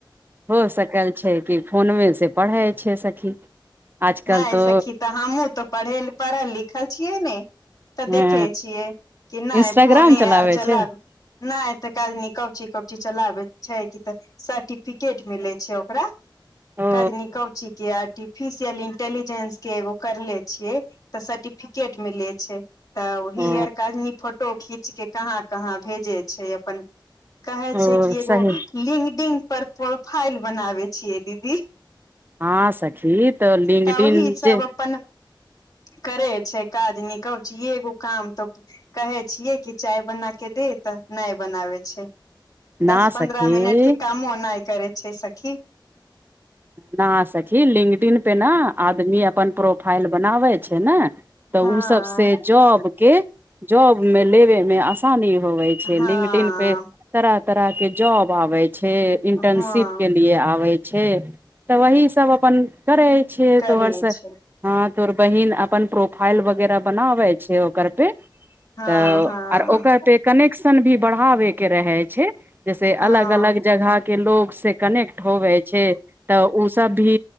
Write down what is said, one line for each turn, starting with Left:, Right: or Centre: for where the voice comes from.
Right: हो सकल छै कि फोनमे से पढ़य छै सखी आजकल
Left: नहि
Right: तो
Left: सखी तऽ हमहूँ तऽ पढ़ैल पढ़ल लिखल छियै ने तऽ देखे
Right: हँ
Left: छियै कि नहि
Right: इंस्टाग्राम
Left: फोने
Right: चलाबै
Left: आर चलब
Right: छै
Left: नहि एतेक आदमी कौची कौची चलाबैत छैय कि तनी सर्टिपिकेट मिलै छै ओकरा
Right: ओ
Left: काज निकौची के आर्टिफिशियल इ डिजेंस के एगो करले छियै तऽ सर्टिफिकेट मिले छै तऽ ओही
Right: ओ
Left: आर काजनी फोटो खींच के कहाँ कहाँ भेजै छै अपन काहै
Right: ओ
Left: छियै कि एगो
Right: सही
Left: लिंगडिंग पर प्रोफाइल बनाबे छियै दीदी
Right: हां सखी लिंगडिन
Left: तऽ ओहि सब
Right: जे
Left: अपन करे छैय काज न कौचीये काम त कहै छियै कि चाय बना के दे त। नै बनाबै छै,
Right: ना
Left: दस पन्द्रह
Right: सखी
Left: मिनटके कामो नाय करै छै सखी।
Right: ना सखी लिंगडिन पे ना, आदमी अपन प्रोफाइल बनाबै छै न त
Left: हँ
Right: उ सब से जॉब। के जॉब मे लेबे मे आसानी होवै छैय
Left: हँ
Right: लिंगडिंग पे तरह तरह के जॉब आबै छै इंटनशिप
Left: हँ
Right: के लिए आबै छै तऽ वही सब अपन करय छियै
Left: करे
Right: दू बर्षक
Left: छै
Right: हँ तोर बहिन अपन प्रोफाइल वगैरह बनाबे छै ओकर पे
Left: हँ
Right: तऽ
Left: हँ
Right: आर ओकर पे कनेक्शन भी बढ़ाबे के रहै छै जैसे
Left: हँ
Right: अलग अलग जगह टिक। के लोग से कनेक्ट होवे छै, त ओ सब भी